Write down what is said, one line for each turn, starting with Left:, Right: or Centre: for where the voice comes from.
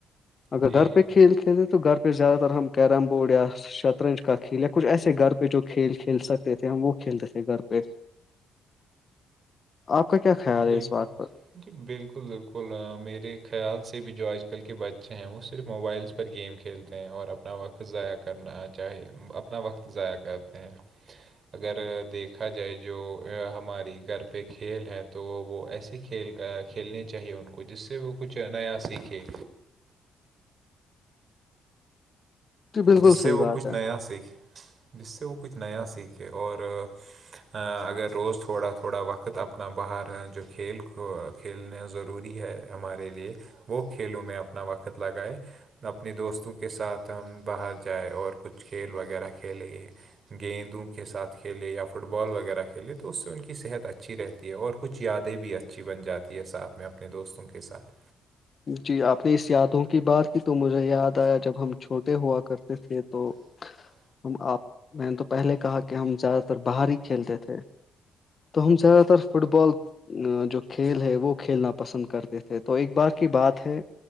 Left: اگر
Right: جی
Left: گھر
Right: جی
Left: پہ کھیلتے تھے تو گھر پہ اس پھر زیاد تر ہم کیرم بورڈیا شطرنج کا کھیل یا کچھ ایسے گھر پہ جو کھیل کھیل سکتے تھے ہم وہ کھیلتے تھے گھر پہ آپ کا کیا خیال
Right: بالکل
Left: ہے اس بات پر
Right: جی بالکل بالکل میرے خیال سے بھی جو آج کل کے بچے ہیں وہ صرف موبائلس پر گیم کھیل کھیلتے ہیں اور اپنا وقت ضائع کرنا چاہے اپنا وقت ضائع کرتے ہیں اگر دیکھا جائے جو ہماری گھر پہ کھیل ہے تو وہ ایسے کھیل کا کھیلنے چاہیے ان کو جس سے وہ کچھ نیا سیکھے
Left: جی بالکل
Right: جس سے
Left: صحیح
Right: وہ
Left: بات
Right: کچھ
Left: ہے
Right: نیا سیکھے جس سے وہ کچھ نیا سیکھے اور اگر روز تھوڑا تھوڑا وقت اپنا باہر جو کھیل کو کھیلنا ضروری ہے ہمارے لیے وہ کھیلوں میں اپنا وقت لگائے اپنے دوستوں کے ساتھ ہم باہر جائیں اور کچھ کھیل وغیرہ کھیلیں گیند دوں کے ساتھ کھیلے یا فٹ بال وغیرہ کھیلے تو اس سے ان کی صحت اچھی رہتی تی ہے اور کچھ یادیں بھی اچھی بن جاتی ہے ساتھ میں اپنے دوستوں کے ساتھ
Left: جی آپ نے اس یادوں کی بات کی تو مجھے یاد آیا جب ہم چھوٹے ہوا کرتے تھے تو
Right: بچف
Left: ہم آپ میں نے تو پہلے کہا کہ ہم زیادہ تر باہر ہی کھیلتے تھے تو ہم زیادہ تر فٹ بال جو کھیل ہے وہ کھیلنا پسند کرتے تھے تو ایک بار کی بات ہے